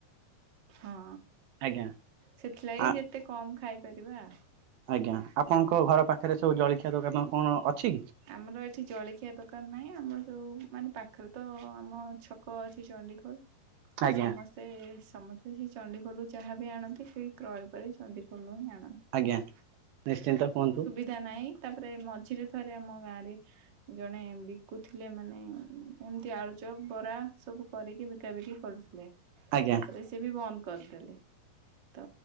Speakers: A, on the right; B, on the right.
A: ହଁ
B: ଆଜ୍ଞା।
A: ସେଥିଲାଗି
B: ଆ
A: ଯେତେ କମ ଖାଇପାରିବା।
B: ଆଜ୍ଞା ଆପଣଙ୍କ ଘର ପାଖରେ ସବୁ ଜଳଖିଆ ଦୋକାନ କଣ ଅଛି?
A: ଆମର ଏଠି ଜଳଖିଆ ଦୋକାନ ନାହିଁ ଆମର ଯୋଉ ମାନେ ପାଖରେ ତ ଆମ ଛ କ ଅଛି ଚଣ୍ଡିଖୋଲ ତ
B: ଆଜ୍ଞା
A: ସମସ୍ତ ସେ ସମସ୍ତେ ସେଇ ଚଣ୍ଡି ଖୋଲ ରୁ ଯାହା ବିି ଆଣନ୍ତି ସେ କ୍ରୟ କରି ଚଣ୍ଡି ଖୋଲ ରୁ ହିଁ ଆଣନ୍ତି।
B: ଆଜ୍ଞା ନିଶ୍ଚିନ୍ତ କୁହନ୍ତୁ।
A: ସୁଧା ନାଇଁ ତାପରେ ମଝିରେ ଥରେ ଆମ ଗାଁ ରେ ଜଣେ ବିକୁଥିଲେ ମାନେ ଏମିତି ଆଳୁଚପ ବରା ସବୁ କରିକି ବିକାବିକି କରୁଥିଲେ
B: ଆଜ୍ଞା
A: ତାପରେ ସେ ସେ ବି ବନ୍ଦ କରିଦେଲେ। ତ